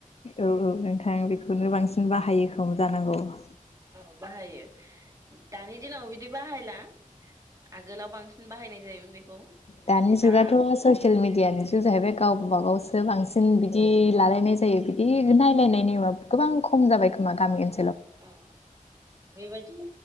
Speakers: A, on the left; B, on the right.
A: औ औ नोंथां बेखौनो बांसिन बाहायो खोम जानांगौ <inaudible>
B: औ बाहायो दानि दिनाव बिदि बाहायला आगोलाव बांसिन बाहायनाय जायोमोन बेखौ
A: दानि जुगाथ'
B: दा
A: ससियेल मिडियानि जुग जाहैबाय गाव गावबा गाव बांसिन
B: औ
A: बिदि लालायनाय जायो बिदि नायलाय नेमा गोबां खम जाबाय खोमा गामि ओनसो
B: औ बेबायदि